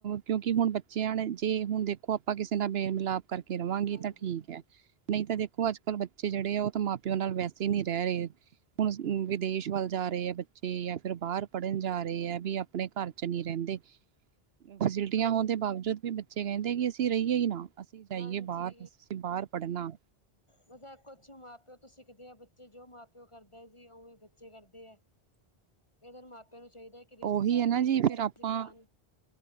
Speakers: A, on the right (about 75°); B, on the left (about 30°).
A: ਕਿਉਂਕਿ ਹੁਣ ਬੱਚਿਆਂ ਨੇ, ਜੇ ਹੁਣ ਦੇਖੋ ਆਪਾਂ ਕਿਸੇ ਨਾਲ ਮੇਲ ਮਿਲਾਪ ਕਰਕੇ ਰਵਾਂਗੇ
B: ਹਾਂਜੀ
A: ਤਾਂ ਠੀਕ ਹੈ। ਨਹੀਂ ਤਾਂ, ਦੇਖੋ ਅੱਜ ਕੱਲ੍ਹ ਬੱਚੇ ਜਿਹੜੇ ਆ ਉਹ ਤਾਂ ਮਾਂ ਪਿਓ ਨਾਲ ਵੈਸੇ ਹੀ ਨਹੀਂ ਰਹਿ ਰਹੇ। ਹੁਣ ਵਿਦੇਸ਼ ਵੱਲ ਜਾ ਰਹੇ ਹੈ ਬੱਚੇ, ਯਾ ਫਿਰ ਬਾਹਰ ਪੜ੍ਹਨ ਜਾ ਰਹੇ ਹੈ ਵੀ ਆਪਣੇ ਘਰ ਚ ਨਹੀਂ ਰਹਿੰਦੇ। ਫੈਸਿਲਿਟੀਆਂ
B: ਹਾਂ
A: ਹੋਣ ਦੇ ਬਾਵਜੂਦ ਵੀ ਬੱਚੇ ਕਹਿੰਦੇ ਕਿ ਅਸੀਂ ਰਹੀਏ ਹੀ ਨਾ। ਅਸੀਂ ਜਾਈਏ
B: ਹਾਂਜੀ
A: ਬਾਹਰ, ਅਸੀਂ ਬਾਹਰ ਪੜ੍ਹਨਾ।
B: ਬੱਸ ਇਹ ਕੁਛ ਮਾਂ ਪਿਓ ਤੋਂ ਸਿੱਖਦੇ ਆ ਬੱਚੇ, ਜੋ ਮਾਂ ਪਿਓ ਕਰਦਾ ਜੀ ਉਵੇਂ ਬੱਚੇ ਕਰਦੇ ਆ। ਇਹ ਤਾ ਮਾਪਿਆਂ ਨੂੰ ਚਾਹੀਦਾ ਕਿ ਰਿਸ਼ਤੇਦਾਰੀ
A: ਉਹੀ ਹੈ ਨਾ ਜੀ
B: ਬੱਚਿਆਂ
A: ਫੇਰ
B: ਨੂੰ
A: ਆਪਾਂ
B: ਸੀਖਾਂਣ।